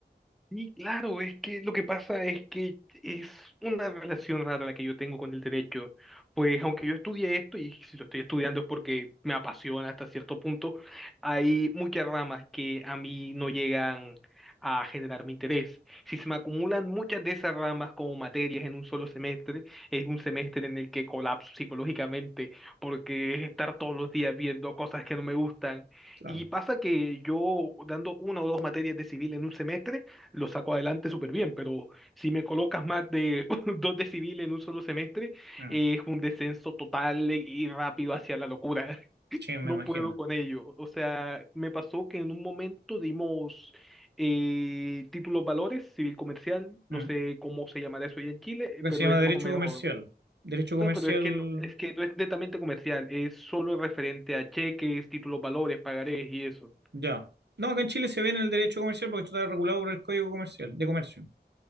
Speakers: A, in the centre; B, on the right.
A: Sí, claro, es que lo que pasa es que es una relación rara la que yo tengo con el derecho. Pues aunque yo estudié esto, y si lo estoy estudiando es porque me apasiona hasta cierto punto, hay muchas ramas que a mí no llegan a generar mi interés. Si se me acumulan muchas de esas ramas como materias en un solo semestre, es un semestre en el que colapso psicológicamente, porque es estar todos los días viendo cosas que no me gustan.
B: Claro.
A: Y pasa que yo dando una o dos materias de civil en un semestre, lo saco adelante súper bien, pero si me colocas más de <laughs> dos de civil en un solo semestre,
B: Mm,
A: eh, es un descenso total y rápido hacia la locura. <laughs>
B: sí, me
A: No
B: imagino.
A: puedo con ello. O sea, me pasó que en un momento dimos eh, títulos valores, civil comercial, no
B: Mm.
A: sé cómo se llamará eso allá en Chile,
B: Acá
A: eh, pero
B: se llama
A: es
B: derecho
A: más o menos...
B: comercial.
A: o
B: Derecho comercial
A: sea, pero es que no, es que no es netamente comercial, es solo referente a cheques, títulos valores, pagarés y eso.
B: Ya. No, acá en Chile se ve en el derecho comercial porque esto está regulado por el Código Comercial, de Comercio.